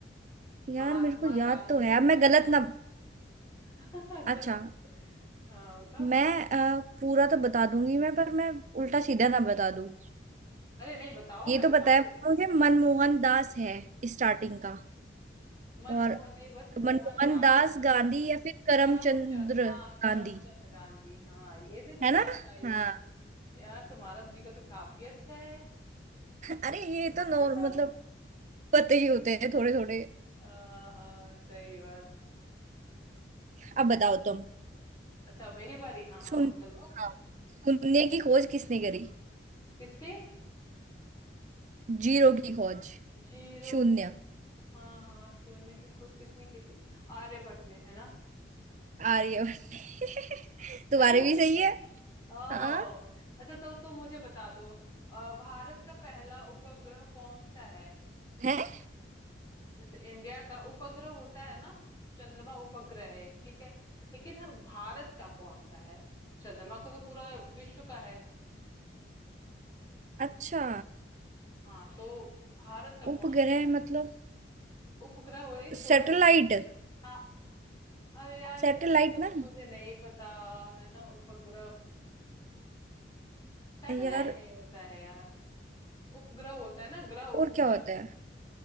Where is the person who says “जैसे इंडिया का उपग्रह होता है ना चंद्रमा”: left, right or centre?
Left